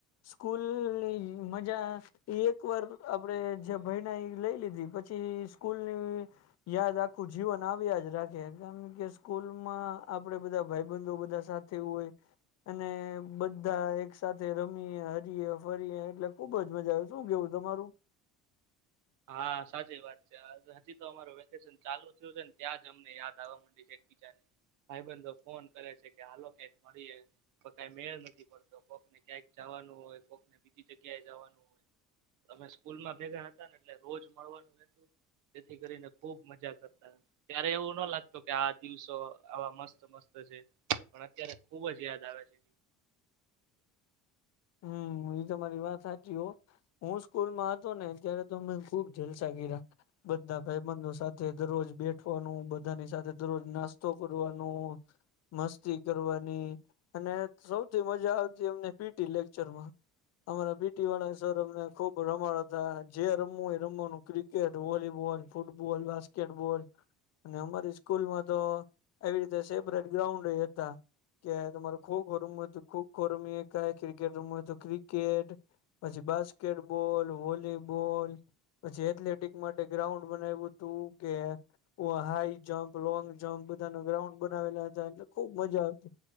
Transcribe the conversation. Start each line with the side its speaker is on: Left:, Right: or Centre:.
Left: સ્કૂલની મજા એક વાર આપડે જ્યા ભયણાએ લઈ લીધી પછી સ્કૂલ ની યાદ આખું જીવન આવ્યા જ રાખે કારણ કે સ્કૂલમાં આપડે બધા ભાઈબંધો બધા સાથે હોય અને બધા એક સાથેથે રમીએ હરીએ ફરીએ એટલે ખુબ જ મજા આવે શું કેવું તમારું
Right: હા સાચી વાત છે હજી તો અમાર વેકેશન ચાલુ થયું છે ને ત્યાં જ અમને યાદ આવવા માંડી છે એકબીજાને ભાઈબંધ ફોન કરે છે કે હાલો ક્યાંક મળીએ તો કઈ મેળ નથી પડતો કોકને ક્યાંક જવાનું હોય કોકને બીજી જગ્યાએ જવાનું હોય અમે સ્કૂલ માં ભેગા હતા એટલે રોજ મળવાનું રહેતું તેથી કરીને ખુબ મજા કરતા ત્યારે એવું ના લાગતું કે આ દિવસો આવા મસ્ત મસ્ત છે પણ અત્યારે ખુબ જ યાદ આવે છે.
Left: હમ એ તમારી વાત સાચી હો હું સ્કૂલમાં હતો ને ત્યારે તો અમે ખુબ જલસા ગીરા બધા ભાઈબંધો સાથે દરરોજ બેઠવાનું બધાની સાથે દરરોજ નાસ્તો કરવાનું મસ્તી કરવાની અને સૌથી મજા આવતી એમને પીટી લેક્ચરમાં અમારા પીટી વાળા સર અમને ખુબ રમાડ જે રમવું હોય રમવાનું ક્રિકેટ વોલીબોલ ફૂટબોલ બાસ્કેટબોલ અને અમારી સ્કૂલમાં તો આવી રીતે સેપરેટ ગ્રાઉન્ડ હતા કે તમારે ખોખો રમવું ખોખો રમીએ કા કેટ રમવુ હોય તો ક્રિકેટ પછી બાસ્કેટબોલ, વોલી બોલ પછી એથ્લેટિક માટે ગ્રાઉન્ડ બનાવ્યું હતું કે હા હાઈ જંપ, લોંગ જમ્પ, બધાના ગ્રાઉન્ડ બનાવેલા હતા એટલે ખુબ મજા આવતી,